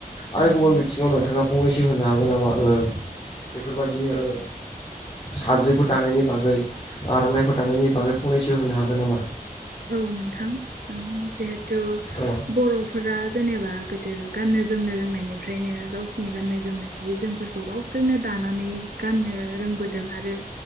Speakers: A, on the left; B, on the right.
A: आरो
B: औ
A: गुबुन
B: औ
A: बिथिं थिङावनो थाङा फंनैसो होनो हागोन नामा ओ बेफोरबायाददिनो ओ साद्रिफोर दानायनि बागै आर'नाइफोर दानायनि बागै फंनैसो होनो हागोन नामा?
B: औ नोंथां हागोन जिहेथु
A: औ
B: बर' फोरा जेनेबा गोदो गाननो जोमनो रोंनायनिफ्रायनो गावसिरनि गाननाय जोमनाय जि जोमफोर खौ गावसोरनो दानानै गाननो रोंबोदों आरो